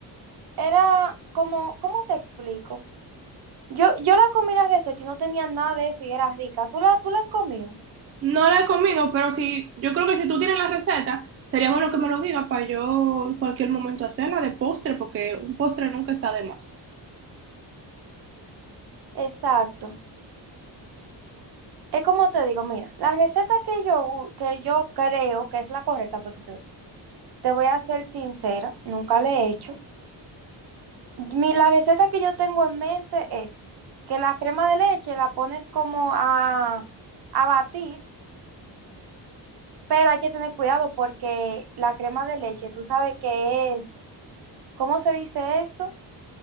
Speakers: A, on the right (about 60°); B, on the right (about 35°).
A: era como, ¿cómo te explico? Yo, yo la comí la receta y no tenía nada de eso y era rica. ¿Tú la, tú la has comido?
B: No la he comido, pero si, yo creo que si tú tienes la receta, sería bueno que me lo digas para yo en cualquier momento hacerla de postre, porque un postre nunca está de más.
A: Exacto. Es como te digo, mira, la receta que yo, u- que yo creo que es la correcta, porque te, te voy a ser sincera, nunca la he hecho. Mi, la receta que yo tengo en mente es que la crema de leche la pones como a, a batir, pero hay que tener cuidado porque la crema de leche, tú sabes que es, ¿cómo se dice esto?